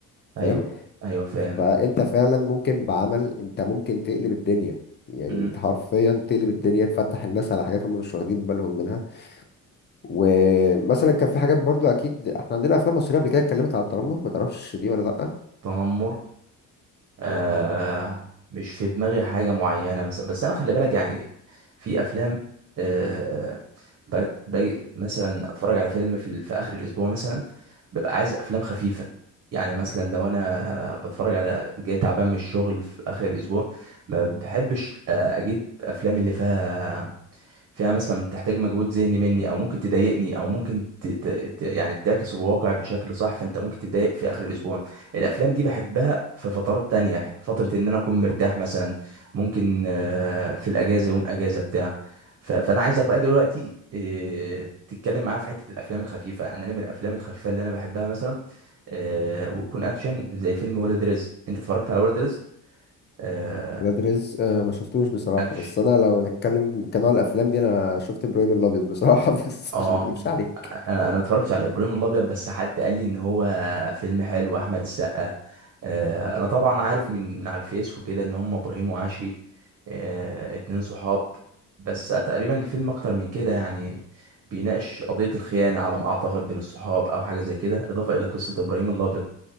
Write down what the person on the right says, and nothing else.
ايوه
ايوه فاهم
امم
تنمر آه مش في دماغي حاجة معينة مثلا بس أنا خلي بالك يعني في أفلام آه ب... ب... مثلا أتفرج على فيلم في, ال- في آخر الأسبوع مثلا ببقى عايز أفلام خفيفة يعني مثلا لو أنا بتفرج على جاي تعبان من الشغل في آخر الأسبوع ما بحبش آه، أجيب أفلام اللي فيها فيها مثلا تحتاج مجهود ذهني مني او ممكن تضايقني او ممكن ت... ت... ت- يعني بتعكس الواقع بشكل صح فانت ممكن تضايق في اخر الاسبوع الافلام دي بحبها في فترات تانية فترة ان انا اكون مرتاح مثلا ممكن آه، في الاجازة يوم اجازة بتاع ف- فانا عايزك بقى دلوقتي آه، تتكلم معايا في حتة الافلام الخفيفة يعني انا من الافلام الخفيفة اللي انا بحبها مثلا آه، وتكون اكشن زي فيلم ولاد رزق انت اتفرجت على ولاد رزق آه،
اكشن
اه
انا انا ما اتفرجتش على ابراهيم الابيض بس حد قال لي ان هو فيلم حلو احمد السقا آه، انا طبعا عارف من من على الفيس وكده ان هم ابراهيم وعشري آه، اتنين صحاب بس تقريبا الفيلم اكتر من كده يعني بيناقش قضية الخيانة على ما اعتقد بين الصحاب او حاجة زي كده اضافة الى قصة ابراهيم الابيض